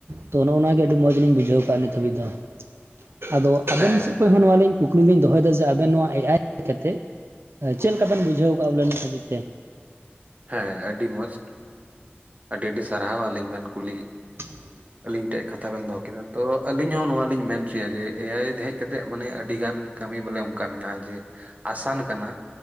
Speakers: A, on the right; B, on the right.
A: ᱛᱚ ᱱᱚᱜᱚ ᱱᱚᱣᱟ ᱜᱮ ᱟᱹᱰᱤ ᱢᱚᱡᱽ ᱞᱤᱧ ᱵᱩᱡᱷᱟᱹᱣ ᱠᱟᱜ-ᱟ᱾ <inaudible> ᱟᱫᱚ ᱟᱵᱮᱱ
B: ᱦᱮᱸ
A: ᱥᱮᱫ? ᱠᱷᱚᱱ ᱦᱚᱸ ᱱᱚᱣᱟ ᱞᱤᱧ ᱠᱩᱠᱞᱤ ᱞᱤᱧ ᱫᱚᱦᱚᱭᱮᱫᱟ ᱡᱮ ᱟᱵᱮᱱ ᱱᱚᱣᱟ ᱮ ᱟᱭ ᱠᱟᱛᱮ? ᱪᱮᱫ ᱞᱮᱠᱟ ᱵᱮᱱ ᱵᱩᱡᱷᱟᱹᱣ ᱠᱟᱜᱼᱟ ᱵᱚᱞᱮ ᱱᱤᱛ ᱦᱟᱹᱵᱤᱡ ᱛᱮ?
B: ᱦᱮᱸ ᱟᱹᱰᱤ ᱢᱚᱡᱽ ᱟᱹᱰᱤ ᱟᱹᱰᱤ ᱥᱟᱨᱦᱟᱣ ᱟᱹᱞᱤᱧ ᱵᱮᱱ ᱠᱩᱞᱤ?
A: <unintelligible>
B: ᱟᱞᱤᱧ ᱴᱷᱮᱡ ᱠᱟᱛᱷᱟ ᱵᱮᱱ ᱫᱚᱦᱚ ᱠᱮᱫᱟ᱾ ᱛᱚ ᱟᱹᱞᱤᱧ ᱦᱚᱸ ᱱᱚᱣᱟ ᱞᱤᱧ ᱢᱮᱱ ᱚᱪᱚᱭᱟ ᱡᱮ ᱮ ᱟᱭ ᱦᱮᱡ ᱠᱟᱛᱮᱜ ᱢᱟᱱᱮ ᱟᱹᱰᱤᱜᱟᱱ, ᱠᱟᱹᱢᱤ ᱵᱚᱞᱮ ᱚᱱᱠᱟ ᱢᱮᱱᱟᱜᱼᱟ ᱡᱮ ᱟᱥᱟᱱ ᱠᱟᱱᱟ᱾